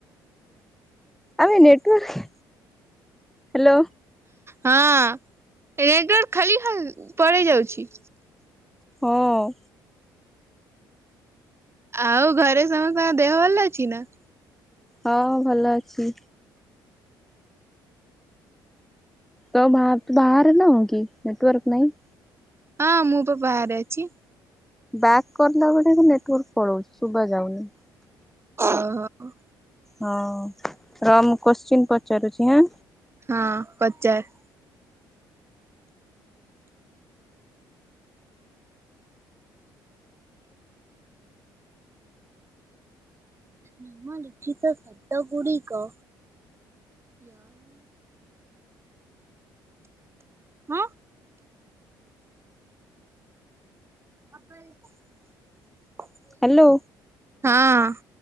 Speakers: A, in the centre; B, on the right.
A: ଆବେ ନେଟୱାର୍କ ହ୍ୟାଲୋ।
B: ହଁ ନେଟୱର୍କ ଖାଲି ପଳାଇ ଯାଉଛି।
A: ହଁ।
B: ଆଉ ଘରେ ସମସ୍ତଙ୍କ ଦେହ ଭଲ ଅଛି ନା।
A: ହଁ ଭଲ ଅଛି। ତ ବାହରେ ତ ବାହାରେ ନାହୁଁ କି? ନେଟୱର୍କ ନାହିଁ।
B: ହଁ ମୁଁ ପା ବାହାରେ ଅଛି।
A: ବ୍ୟାକ୍ କଲା ବେଳେ ନେଟୱାର୍କ ପଳଉଛି ଶୁଭା ଯାଉନି।
B: ଓହୋ।
A: ହଁ ରହ ମୁଁ କୋଶ୍ଚିନ୍ ପଚାରୁଛି ଆଁ।
B: ହଁ ପଚାର। ନିମ ଲିଖିତ ଶବ୍ଦ ଗୁଡିକ ହଁ। <unintelligible>
A: ହ୍ୟାଲୋ।
B: ହଁ।